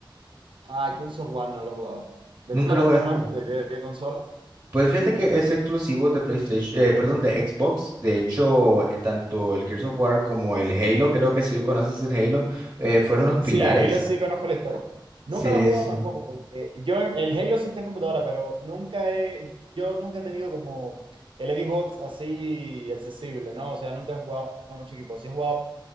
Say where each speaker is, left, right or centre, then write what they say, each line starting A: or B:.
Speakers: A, on the right (about 75°); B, on the right (about 30°).
A: Ah, Gears of War no lo he jugado. ¿De
B: ¿Nunca
A: qué plataforma?
B: lo jugaste?
A: ¿De qué, qué consola?
B: Pues fíjate que es exclusivo de PlayStation, eh, perdón, de Xbox. De hecho, eh, tanto el Gears of War como el Halo, creo que si lo conoces el Halo, eh, fueron los pilares.
A: Sí, el Halo sí conozco la historia. Nunca
B: Sí,
A: lo he jugado
B: sí.
A: tampoco, porque yo en- el Halo sí está en computadora, pero nunca he, yo nunca he tenido como el Xbox así accesible, ¿no? O sea, nunca he jugado mucho equipo. Sí he jugado